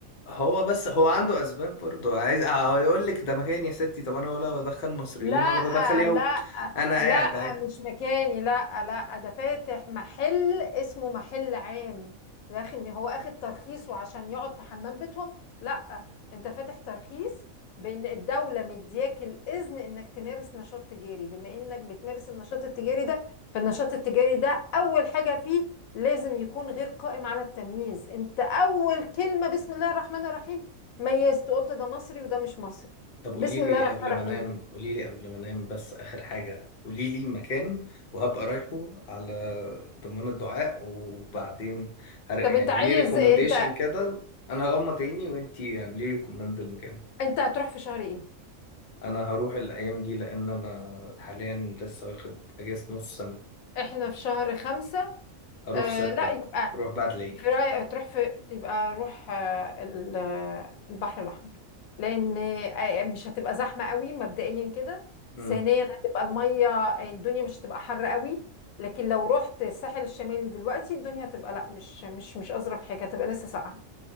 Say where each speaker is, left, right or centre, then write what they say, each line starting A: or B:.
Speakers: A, on the left; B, on the left.
A: هو بس هو عنده اسباب برضه عايز اه يقول لك ده مكان يا ستي طب انا ولا بدخل مصريين
B: لا
A: ولا بدخل يهود
B: لا
A: انا قاعد
B: لا مش مكاني لا لا ده فاتح محل اسمه محل عام يا اخي هو اخد ترخيص وعشان يقعد في حمام بيتهم لا انت فاتح ترخيص بان الدولة مدياك الاذن انك تمارس نشاط تجاري بما انك بتمارس النشاط التجاري ده فالنشاط التجاري ده اول حاجة فيه لازم يكون غير قائم على التمييز انت اول كلمة بسم الله الرحمن الرحيم ميزت قلت ده مصري وده مش مصري
A: طب قولي
B: بسم
A: لي
B: الله الرحمن
A: قبل
B: الرحيم
A: ما انام قولي لي قبل ما انام بس اخر حاجه قولي لي مكان وهبقى رايحه على ضمان الدعاء وبعدين هر... يعني
B: طب انت عايز
A: مي ريكومنديشن
B: انت
A: كده انا هغمض عيني وانتي اعملي ريكومند المكان
B: انت هتروح في شهر ايه
A: انا هروح الايام دي لان انا حاليا لسه واخد اجازه نص سنه
B: احنا في شهر خمسة
A: اروح
B: آه
A: ستة
B: لا يبقى
A: اروح بعد العيد
B: في رأيك تروح في يبقى روح آه ال- آه، البحر الأحمر لأن آه، مش هتبقى زحمة قوي مبدئيا كده
A: امم
B: ثانيا هتبقى المية آه، الدنيا مش هتبقى حر قوي لكن لو رحت الساحل الشمالي دلوقتي الدنيا هتبقى لا مش مش مش أظرف حاجة هتبقى لسه ساقعة